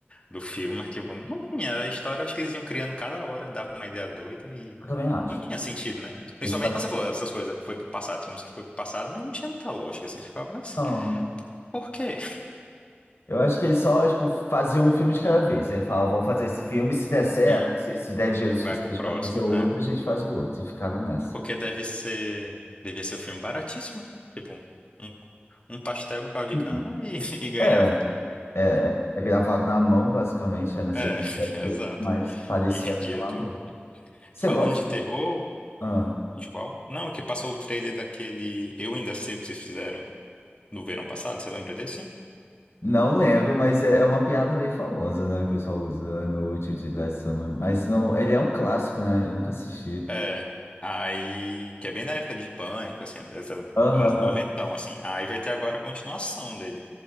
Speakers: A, on the left; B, on the left.
A: do filme, mas tipo, não tinha. A história, acho que eles iam criando cada hora, dava uma ideia doida e
B: Eu também acho.
A: não tinha sentido, né? Principalmente
B: Eles falam,
A: quando você falou essas coisas, foi pro passado, tinha uns que foi pro passado, mas não tinha muita lógica, assim, você ficava, mas
B: não.
A: por quê?
B: Eu acho que eles só, tipo, faziam um filme de cada vez. aí falavam, vamos fazer esse filme, se der certo,
A: Uhum.
B: se, se der dinheiro suficiente
A: Vai pro próximo.
B: para fazer o
A: Ah,
B: outro, a gente faz o outro. E ficaram nessa.
A: porque deve ser, devia ser um filme baratíssimo, né? tipo, um, um pastel, um caldo de
B: Sim.
A: cana e, <laughs> e ganhava.
B: É, É, é gravado na mão, basicamente. Eu não
A: É,
B: sei como
A: <laughs>
B: que é
A: exato.
B: feito, mas parecia
A: E rendia
B: bem amador.
A: tudo.
B: Você
A: Falando
B: gosta?
A: de terror,
B: Ah,
A: De qual? Não, é que passou o trailer daquele Eu Ainda Sei O Que Vocês Fizeram no verão passado, você lembra desse?
B: não lembro, mas é é uma piada bem famosa, né? O pessoal usa no útil de Last Summer. Mas não, ele é um clássico, né? Eu nunca assisti.
A: É. Aí, que é bem na época de Pânico, assim, dessa,
B: Aham.
A: anos 90, assim. Aí vai ter agora a continuação dele.